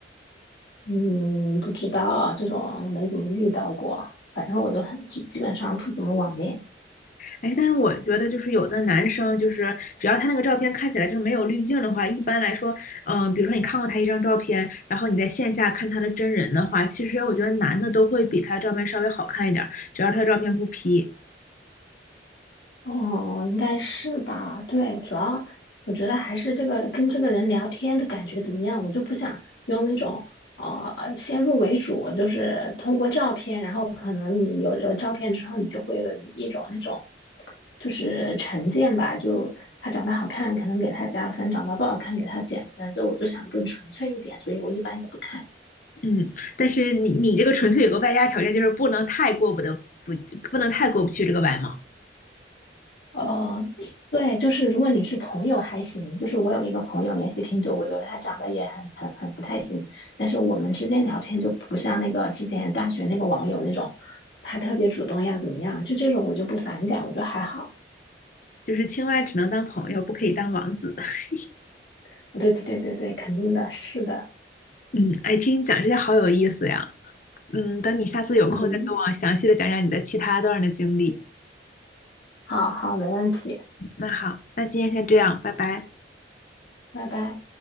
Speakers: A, on the left (about 80°); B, on the left (about 45°).
A: 嗯，不知道这种没怎么遇到过，反正我都很，基基本上不怎么网恋。
B: 哎，但是我觉得就是有的男生，就是只要他那个照片看起来就是没有滤镜的话，一般来说，嗯、比如说你看过他一张照片，然后你在线下看他的真人的话，其实我觉得男的都会比他照片稍微好看一点儿，只要他的照片不 P。
A: 哦，应该是吧？对，主要我觉得还是这个跟这个人聊天的感觉怎么样，我就不想用那种呃先入为主，就是通过照片，然后可能你有有照片之后，你就会有一一种那种就是成见吧，就他长得好看，可能给他加分；长得不好看，给他减分。就我就想更纯粹一点，所以我一般也不看。
B: 嗯，但是你你这个纯粹有个外加条件，就是不能太过不得不不能太过不去这个外貌，
A: 哦，对，就是如果你是朋友还行，就是我有一个朋友联系挺久，我觉得他长得也很很很不太行，但是我们之间聊天就不像那个之前大学那个网友那种，他特别主动要怎么样，就这种我就不反感，我就还好。
B: 就是青蛙只能当朋友，不可以当王子。<laughs>
A: <laughs> 对对对对对，肯定的，是的，
B: 嗯，哎，听你讲这些好有意思呀。嗯，等你下次有空再跟我详细的讲讲你的其他段儿的经历。
A: 嗯，好好，没问题，
B: 那好，那今天先这样，拜拜。
A: 拜拜。